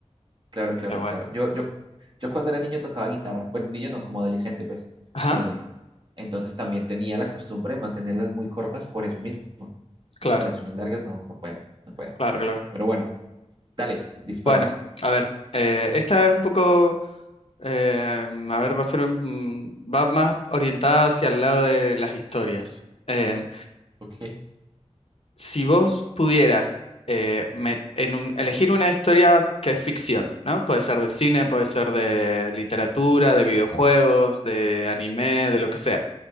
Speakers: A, on the right; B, on the left.
A: Claro,
B: Entonces,
A: claro,
B: bueno.
A: claro. Yo, yo, yo cuando era niño tocaba guitarra. Bueno, niño no, como adolescente, pues,
B: Ajá,
A: ponle. Entonces también tenía la costumbre de mantenerlas muy cortas por eso mismo. No,
B: claro,
A: con las uñas largas no, no puedo, no puedo.
B: claro, claro.
A: Pero bueno, dale, dispara.
B: Bueno, a ver, eh, esta es un poco... Eh, a ver, va a ser un- va más orientada hacia el lado de las historias. Em,
A: Ok.
B: si vos pudieras eh, me- en un- elegir una historia que es ficción, ¿no? Puede ser de cine, puede ser de literatura, de videojuegos, de anime, de lo que sea.